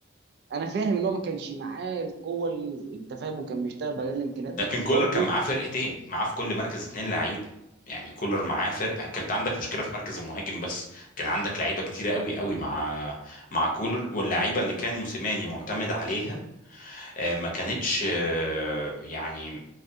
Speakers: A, on the right; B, on the left.
A: انا فاهم ان هو ما كانش معاه القوه اللي انت فاهمه كان بيشتغل بقليل الامكانيات بس
B: لكن كولر
A: برضه
B: كان معاه فرقتين معاه في كل مركز اتنين لعيبه يعني كولر معاه فرقه كانت عندك مشكله في مركز المهاجم بس كان عندك لعيبه كتيره قوي قوي مع مع كولر واللعيبه اللي كان موسيماني معتمد عليها آه، ما كانتش آه، يعني